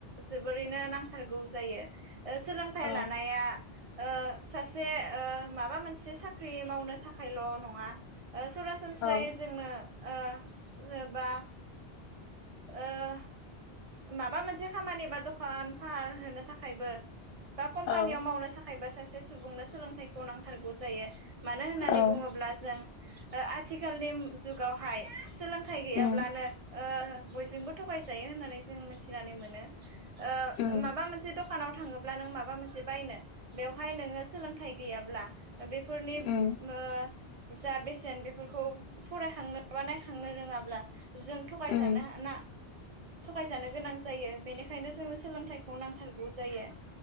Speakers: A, on the right; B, on the left.
A: जोबोरैनो नांथारगौ जायो। सोलोंथाइ
B: औ
A: लानाया ओ सासे ओ माबा मोनसे साख्रि मावनो थाखायल' नंङा। ओ सरासनस्रायै
B: औ
A: जोंनो ओ जेनेबा ओ माबा मोनसे खामानि बा दखान फाहार होनो थाखायबो। बा कम्पानियाव
B: औ
A: मावनो थाखायबो सासे सुबुंनो सोलोंथाइखौ नांथारगौ जायो। मानो होननानै
B: औ
A: बुंङोब्ला जों आथिखालनि जुगावहाय। सोलोंथाइ गैयाब्लानो
B: उम
A: ओ बयजोंबो थगायजायो होननानै जों मिथिनानै मोनो। ओ
B: उम
A: माबा मोनसे दखा दखानाव थांङोब्ला नों माबा मोनसे बायनो बेवहाय नोंङो सोलोंथाइ गैयाब्ला। बेफोरनि ओ
B: उम
A: जा बेसेन बेफोरखौ फरायखांनो बा नायखांनो रोंङाब्ला। जों थगायजानो
B: उम
A: ह ना ना। थगायजानो गोनां जायो बेनिखायनो जोंनो सोलोंथाइखौ नांथारगौ जायो।